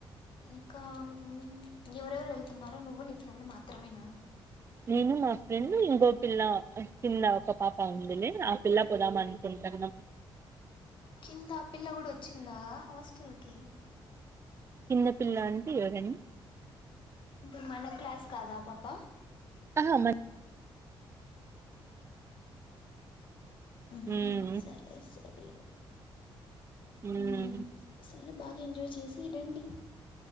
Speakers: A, on the left; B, on the right.
A: ఇంకా మ్ ఎవరెవరు వెల్ తున్నారు నువ్వు నీ ఫ్రెండ్ మాత్రమేనా
B: నేను మా ఫ్రెండ్ ఇంకో పిల్ల కింద ఒక పాప ఉందిలే. ఆ పిల్ల పోదామనుకుంట కదున్నం.
A: కింద పిల్ల కూడా వచ్చిందా హాస్టల్కి
B: కింద పిల్ల అంటే ఎవరని
A: ఏంటి మన క్లాస్ కాద ఆ పాప
B: ఆహా మన్
A: మ్
B: మ్మ్
A: హు సరే సరే.
B: మ్మ్.
A: ఉహు సరే బాగా ఎంజాయ్ చేసి రండి.